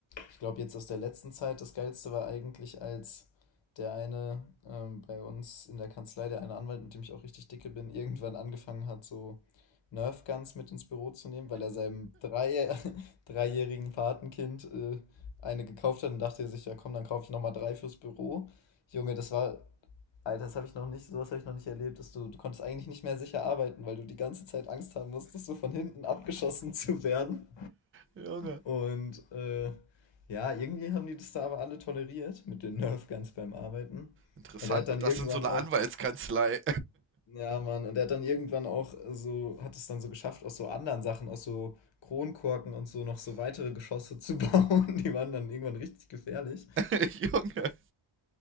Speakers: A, on the left; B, on the right.
A: ich glaube, jetzt aus der letzten Zeit, das Geilste war eigentlich, als der eine ähm, bei uns in der Kanzlei, der eine Anwalt, mit dem ich auch richtig dicke bin, irgendwann angefangen hat, so Nerf Guns mit ins Büro zu nehmen, weil er seinem drei, <laughs> dreijährigen Patenkind äh, eine gekauft hat und dachte er sich, ja komm, dann kaufe ich nochmal drei fürs Büro. Junge, das war Alter, das habe ich noch nicht, sowas habe ich noch nicht erlebt, dass du, du konntest eigentlich nicht mehr sicher arbeiten, weil du die ganze Zeit Angst haben musstest, so von hinten abgeschossen zu werden.
B: Junge.
A: Und äh, ja, irgendwie haben die das da aber alle toleriert mit den Nerf Guns beim Arbeiten.
B: Interessant,
A: Und er hat dann
B: und
A: irgendwann
B: das in so einer
A: auch,
B: Anwaltskanzlei.
A: ja Mann, und er hat dann irgendwann auch so, hat es dann so geschafft, aus so anderen Sachen, aus so Kronkorken und so noch so weitere Geschosse zu bauen. <laughs> Die waren dann irgendwann richtig gefährlich.
B: <laughs> Junge.